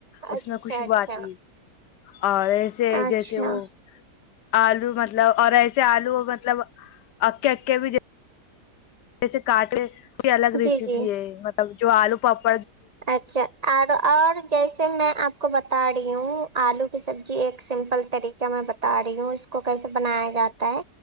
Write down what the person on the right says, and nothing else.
اچھا
اچھا
اچھا
جی جی
اچھا اور اور جیسے میں آپ کو بتا رہی ی ہ آلو کی سبزی ایک سمپل طریقہ میں بتا رہی ہوں اس کو کیسے بنایا جاتا ہے